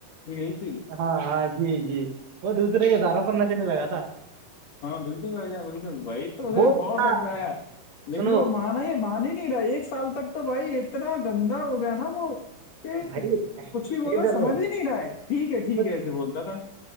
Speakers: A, on the left (about 55°); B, on the right (about 75°).
A: اتی <unintelligible> <inaudible>
B: ہاں ہاں جی جی وہ دوسرے کے سارا پر نشے نہیں لگا تھا
A: ہاں بالکل بھائی ج بالکل بھائی تو اھرے
B: وہ
A: بہتمد
B: تھا۔
A: ہے <unintelligible> <inaudible> لیکن
B: سنو
A: وہ مانا ہی مان ہی نہیں رہا ایک سال تک تو بھائی اتنا گندا ہو گیا نا وہ کہ
B: بھائی یہ
A: کچھ بھی بولو
B: دیکھو
A: سمجھ بھی نہیں رہا ہے ٹھیک ہے ٹھیک
B: کچھ
A: ہے ایسے بولتا تھا